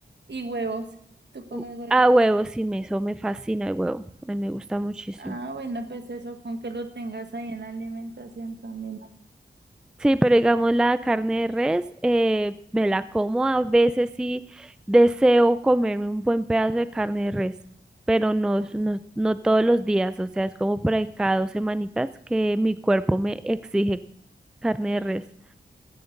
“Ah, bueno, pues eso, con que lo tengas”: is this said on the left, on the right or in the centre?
Right